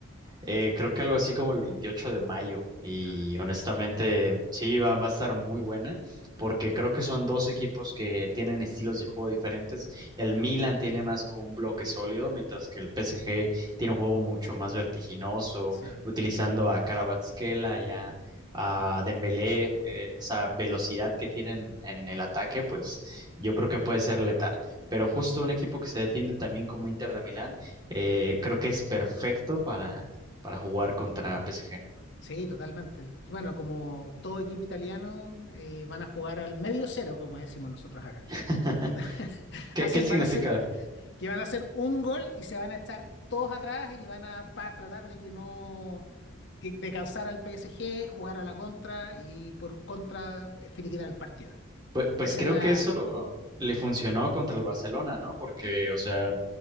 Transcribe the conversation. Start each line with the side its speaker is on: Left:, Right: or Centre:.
Right: Eh, creo que algo así como el 28 de mayo. Y
Left: Ah, de aquí
Right: honestamente,
Left: a-
Right: sí, va, va a estar muy buena, porque creo que son dos equipos que tienen estilos de juego diferentes. El
Left: Claro.
Right: Milan tiene más como un bloque sólido, mientras que el PSG tiene un juego mucho más vertiginoso,
Left: Sí.
Right: utilizando a Kvaratskhelia y a, a Dembélé, eh, esa velocidad que tienen en el ataque, pues yo creo que puede ser letal. Pero justo un equipo que se defiende también como Inter de Milán eh, creo que es perfecto para, para jugar contra PSG.
Left: Sí, totalmente. Bueno, como todo equipo italiano, eh, van a jugar al medio cero, como decimos nosotros acá.
Right: <laughs>
Left: <laughs>
Right: ¿Qué,
Left: Hacen,
Right: qué significa?
Left: van a hacer, que van a hacer un gol y se van a estar todos atrás y van a pa- tratar de que no, que- de cansar al PSG, jugar a la contra y por contra eh, finiquitar el partido.
Right: Pues, pues
Left: Esa
Right: creo
Left: es la...
Right: que eso le funcionó contra el Barcelona, ¿no? Porque,
Left: ¿eh?
Right: o sea,